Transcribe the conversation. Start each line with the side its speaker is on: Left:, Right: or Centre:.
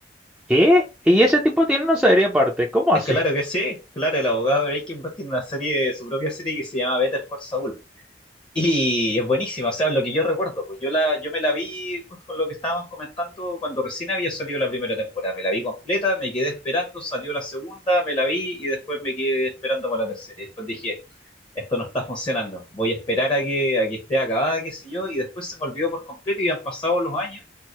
Centre: ¿Qué? ¿Y ese tipo tiene una serie aparte? ¿Cómo
Left: Eh,
Centre: así?
Left: Claro que sí, claro, el abogado de Breaking Bad tiene una serie, su propia serie que se llama Better Call Saul. Y es buenísima, o sea, lo que yo recuerdo, pues yo la, yo me la vi justo con lo que estábamos comentando cuando recién había salido la primera temporada. Me la vi completa, me quedé esperando, salió la segunda, me la vi y después me quedé esperando para la tercera. Y después dije, esto no está funcionando, voy a esperar a que, a que esté acabada, qué sé yo, y después se me olvidó por completo y han pasado los años